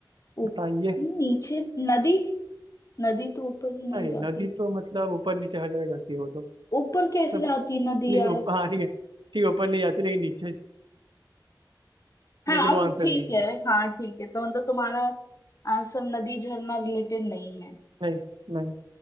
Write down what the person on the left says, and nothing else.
ऊप-
नीचे नदी नदी तो ऊपर ही नहीं
जाती
ऊपर कैसे
जाती है नदी
यार
हाँ
वो
ठीक
है
हाँ ठीक है तो मतलब तुम्हारा आंसर नदी झरना रिलेटेड नहीं है